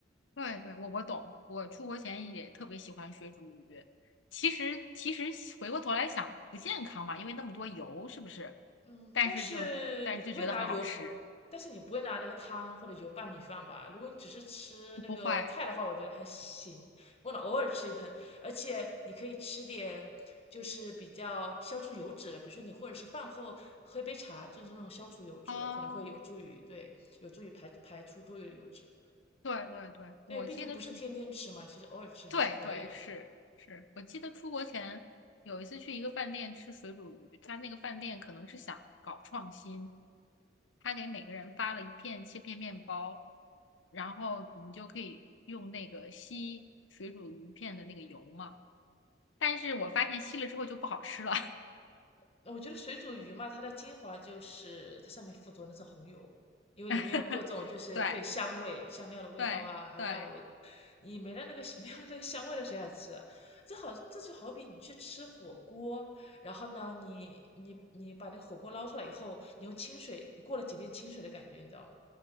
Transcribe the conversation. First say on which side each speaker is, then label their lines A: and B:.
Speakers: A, on the left; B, on the left.
A: 对对，我我懂，我出国前也特别喜欢水煮鱼，其实其实回过头来想不健康嘛，因为那么多油，是不是？
B: 嗯，
A: 但是就但是就觉得很好吃，
B: 但是你不会拿油，但是你不会拿那个汤或者油拌米饭吧？如果你只是吃那个菜的话，
A: 不会。
B: 我觉得还行，为了偶尔吃一顿，而且你可以吃点就是比较消除油脂的，比如说你或者是饭后喝一杯茶，就是那种消除油脂的，
A: 哦，
B: 可能会有助于对，有助于排排出多余的油脂。
A: 对对对，我记得是，
B: 对，毕竟不是天天吃嘛，其实偶尔吃还是可以的。
A: 对对是是，我记得出国前有一次去一个饭店吃水煮鱼，他那个饭店可能是想搞创新，他给每个人发了一片切片面包，然后你就可以用那个吸水煮鱼片的那个油嘛，但是我发现吸了之后就不好吃了，
B: 呃，我觉得水煮鱼嘛，它的精华就是它上面附着那层红油，因为里面有各种就是对香味、
A: <laughs> 对
B: 香料的味道啊，
A: 对对
B: 还有辣的味道。你没了那个 <laughs> 没有那个香味了，谁来吃啊？这好，这就好比你去吃火锅，然后呢，你你你把那个火锅捞出来以后，你用清水，你过了几遍清水的感觉，你知道吗？